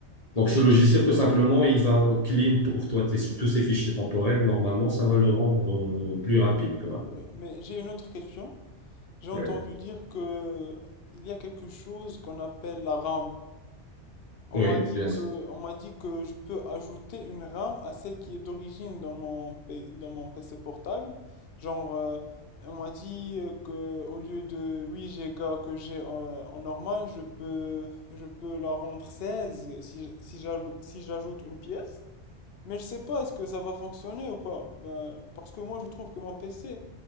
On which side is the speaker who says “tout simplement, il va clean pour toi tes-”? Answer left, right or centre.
Left